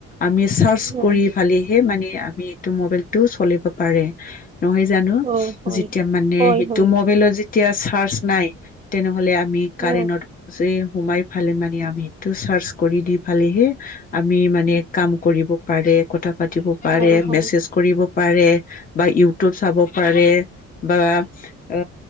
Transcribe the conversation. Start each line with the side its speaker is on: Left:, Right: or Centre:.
Left: আমি চাৰ্জ
Right: অ
Left: কৰি পালি এ মানে আমি এইটো মবাইল টো চলিব পাৰে। নহয় জানো,
Right: অ হয়
Left: যেতিয়া মানে
Right: হয়
Left: সেইটো
Right: হয়
Left: মবাইলত যেতিয়া চাৰ্জ নাই, তেনেহ'লে মি কাৰেণত
Right: অ
Left: ছে সোমাই ফালে মানে আমি সেইটো চাৰ্চ কৰি দি পালেহে আমি মানে কাম কৰিব পাৰে কথা পাতিব পাৰে,
Right: হয় হয়
Left: মেছেজ কৰিব পাৰে বা ইউটিউব চাব পাৰে। বা আ